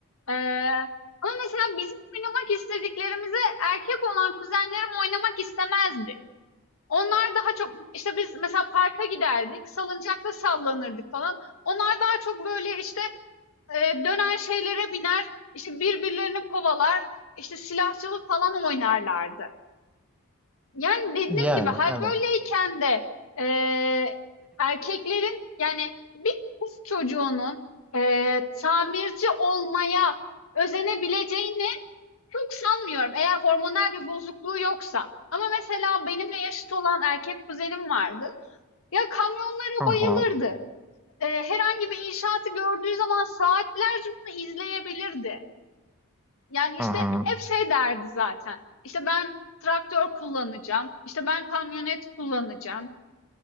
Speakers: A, on the left; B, in the centre.
A: Eee, ama mesela bizim oynamak istediklerimizi erkek olan kuzenlerim oynamak istemezdi. Onlar daha çok işte biz mesela parka giderdik, salıncakta sallanırdık falan. Onlar daha çok böyle işte eee, dönen şeylere biner, işte birbirlerini kovalar, işte silahçılık falan oynarlardı. Yani dediğim
B: Yani
A: gibi hal
B: evet.
A: böyleyken de eee, erkeklerin yani bir kız çocuğunun eee, tamirci olmaya özenebileceğini çok sanmıyorum. Eğer hormonal bir bozukluğu yoksa. Ama mesela benimle yaşıt olan erkek kuzenim vardı. Ya kamyonlara
B: Hı
A: bayılırdı.
B: hı.
A: Eee, herhangi bir inşaatı gördüğü zaman saatlerce bunu izleyebilirdi. Yani, işte,
B: Hı hı.
A: hep şey derdi zaten, İşte ben traktör kullanacağım, İşte ben kamyonet kullanacağım.